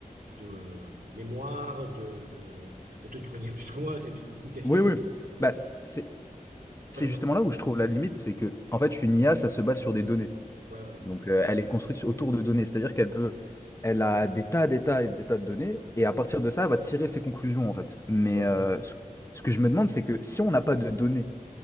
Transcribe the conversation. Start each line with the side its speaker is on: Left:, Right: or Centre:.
Right: de mémoire, de, de... Toi, tu connais plus que moi, c'est une une question
Left: Oui, oui. Bah, c'est
Right: de...
Left: c'est justement là où je trouve la limite, c'est que, en fait, une IA, ça se base sur des données.
Right: Ouais, ouais.
Left: Donc, euh, elle est construite autour de données, c'est-à-dire qu'elle peut, elle a des tas, des tas et des tas de données, et à partir de ça, elle va tirer ses conclusions, en fait. Mais
Right: Ouais, ouais,
Left: euh,
Right: ouais.
Left: ce ce que je me demande, c'est que si on n'a pas de données